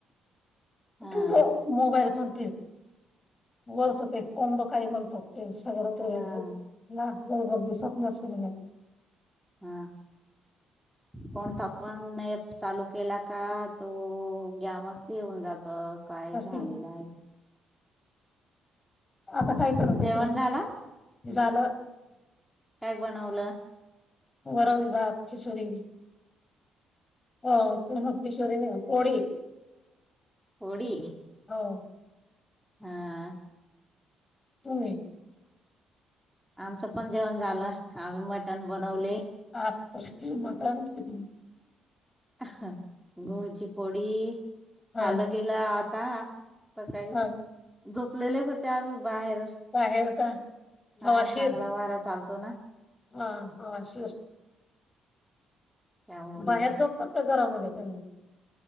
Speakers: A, in the centre; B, on the left.
A: हा
B: तुझ मोबाईल पण वरस का कोंब काय म्हणतात इशगर त
A: हा
B: हेज ना गर्भगती सवपना सर
A: हा कोणता पण प चालू केला का तो गॅमस येऊन जात काय
B: अशी
A: झालेलं आहे
B: आता काय कर त्याचे
A: जेवण
B: हे.
A: झाला?
B: झालं.
A: काय बनवलं?
B: वरण भात किशोरी हो पुमग किशोरीने कोडी
A: होडी.
B: हो.
A: हा.
B: तुम्ही
A: आमचं पण जेवण झालं आम्ही मटण बनवले.
B: <unintelligible> <unintelligible>
A: गव्हाची पोडी
B: हां,
A: अला गेला आ <unintelligible> म काय
B: हां.
A: जो लेले होते आम्ही बाहेर
B: बाहेर का
A: हा
B: हवाशीर
A: चांगला वारा चालतो ना
B: हा हवाशीर.
A: त्यामुळे
B: बाहेर झोपतात का घरामध्ये. <unintelligible>